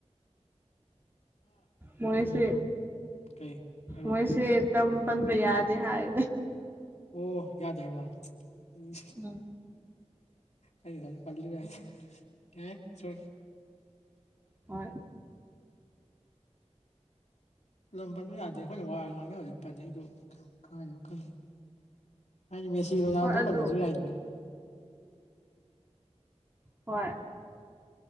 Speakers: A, on the right; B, on the left.
A: ꯃꯍꯦꯁ
B: ꯎꯝ ꯀꯩ ꯍꯥꯏꯔꯛꯑꯣ
A: ꯃꯍꯦꯁ ꯑꯦꯗꯝ ꯄꯟꯕ ꯌꯥꯗꯦ ꯍꯥꯏ꯫
B: ꯑꯣ ꯌꯥꯗꯦ ꯍꯥꯏꯕ꯭ꯔꯣ ꯎꯝ
A: ꯎꯝ
B: ꯑꯩꯅ ꯄꯜꯂꯤ ꯃꯌꯥꯝꯁ ꯀꯦ ꯁꯣꯔꯤ꯫
A: ꯍꯣꯏ
B: ꯂꯝ ꯄꯟꯕ ꯌꯥꯗꯦ ꯑꯩꯈꯣꯏꯅ ꯋꯥꯔ ꯉꯥꯡꯅꯕꯁꯤ ꯄꯟꯅꯩꯗꫭ ꯀꯥꯏꯗꯅ ꯈꯜꯂꯤ꯫ ꯍꯥꯏꯗꯤ ꯃꯦꯁꯤ ꯔꫭꯅꯥꯜꯗꫭꯗꯣ
A: ꯍꯣꯏ ꯑꯗꯨ
B: ꯄꯟꯕꯁꯨ ꯌꯥꯏꯗꯅ꯫
A: ꯍꯣꯏ꯫